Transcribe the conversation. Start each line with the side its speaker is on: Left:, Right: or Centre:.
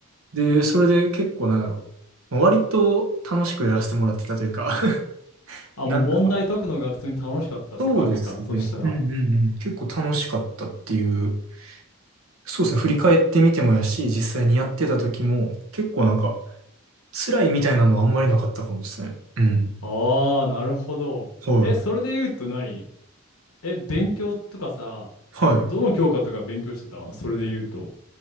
Right: で、それで結構なんやろ、まあ割と楽しくやらせてもらってたというか
Left: あ、
Right: <laughs> なんか、
Left: もう問題解くのが普通に楽しかったって感じか。
Right: そうですね。
Left: そしたら。
Right: うんうんうん。結構楽しかったっていうそうですね。振り返ってみてもやし、実際にやってた時も、結構なんか、辛いみたいなのはあんまりなかったかもですね。うん。
Left: ああ、なるほど。
Right: はい。
Left: え、それで言うと何え、勉強とかさ、
Right: はい。
Left: どの教科とか勉強してたそれで言うと、